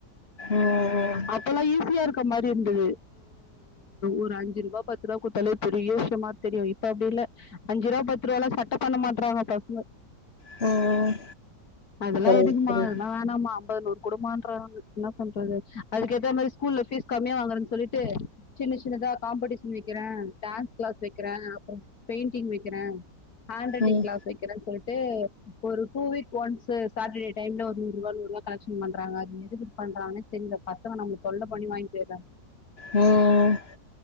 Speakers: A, on the left; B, on the left.
A: ம் ம்
B: அப்பல்லா ஈஸியா இருக்க மார் இருந்துது ஒரு அஞ்சு ரூபா பத்து ரூபா குடுத்தாலே பெரிய விஷ்யமா தெரியு இப்ப அப்டி இல்ல அஞ்சு ரூபா பத்து ரூபால சட்ட பண்ண மாட்றாங்க பஸ்ங்க
A: ம்
B: அதெல்லா
A: புரியுது
B: எதுக்குமா
A: புரியுது
B: அதெல்லா வேணாம்மா அம்பது நூறு குடுமான்றாங்க என்ன பண்றது அதுக்கு ஏத்த மாரி ஸ்கூல்ல ஃபீஸ் கம்மியா வாங்குறேன் சொல்லிட்டு சின்ன சின்னதா காம்படிஷ் வக்கிற டான்ஸ் கிளாஸ் வக்கிற அப்றோ பெயிண்டிங் வக்கிற ஹாண்ட் ரைட்டிங்
A: ம்
B: கிளாஸ் வக்கிறே சொல்ட் ட்டு ஒரு ட்டூ வீக்ஸ் ஒன்ஸ் சாட்டடே டைம்ல ஒரு நூறு ரூவா நூறு ரூவா கலெக்ஷ்ன் பண்றாங்க அது எதுக்கு பண்றாங்கனே தெரில பசங்க நம்மள தொல்ல பண்ணி வாயின்போயிராங்க
A: ம்